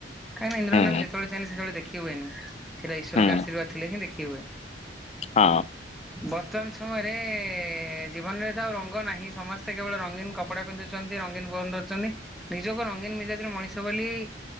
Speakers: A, in the centre; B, on the left.
A: କାହିଁନା, ଇନ୍ଦ୍ରଧନୁ
B: ହୁଁ,
A: ଆମେ ଯେତବଳେ ଚାହିଁଲେ ସେତବଳେ ଦେଖି ହୁଏନି। ସେଇଟା ଈଶ୍ୱରଙ୍କ
B: ହୁଁ
A: ଆଶୀର୍ବାଦ ଥିଲେ ହିଁ ଦେଖି ହୁଏ।
B: ହଁ।
A: ବର୍ତ୍ତମାନ ସମୟରେ, ଜୀବନରେ ତ ଆଉ ରଙ୍ଗ ନାହିଁ। ସମସ୍ତେ କେବଳ ରଙ୍ଗୀନ କପଡା ପିନ୍ଧୁଚନ୍ତି, ରଙ୍ଗୀନ ଫୋନ ଧରୁଚନ୍ତି। ନିଜକୁ ରଙ୍ଗୀନ ମିଜାଜର ମଣିଷ ବୋଲି ଇ